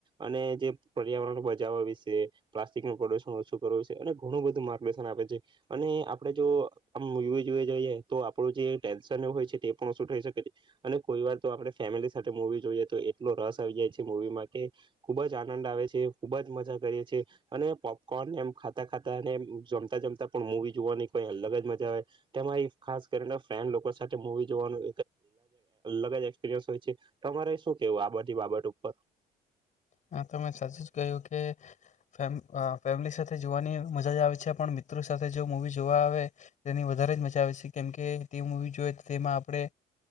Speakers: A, on the right (about 30°); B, on the left (about 50°).
A: અને જે પર્યાવરણ બજાવવા વિશે પ્લાસ્ટિક નું પ્રોદુશન ઓછું કરવુંશે અને ઘણું બધું માર્ગદર્શન આપે છે અને આપડે જો આમ મુવી જોવે જઈએ તો આપણું જે ટેન્શન હોય છે. થકે અને કોઈ વાર તો આપણે ફેમિલી સાથે મવી જોઈએ તો એટલો રસ આવી જાય છે મવીમાં કે ખુબ જ આનંદ આવે છે ખુબ જ મજા કરીએીએ અને પોપકોર્ન એમ ખાતા ખાતા અને જમતા જમતા પણ મુવી જોવાની કોઈ અલગ જ મજા આવે તેમાં ખાસ કરીને ફ્રેન લોકો સાથે મવી જોવાનું અલગ જ એક્સપિરિયન્સ હોય છે તમારે શું કેવું આ બી બાબત ઉપર
B: હા તમે સાચું જ કહ્યું કે ફેમ ફેમિલી સાથે જોવાની મજા આવે છે પણ મિત્રો સાથે જો મૂવી જોવા આવે તેની વધારે જ મજા આવે છે કેમકે તે મવી જોએ તો તેમાં આપણે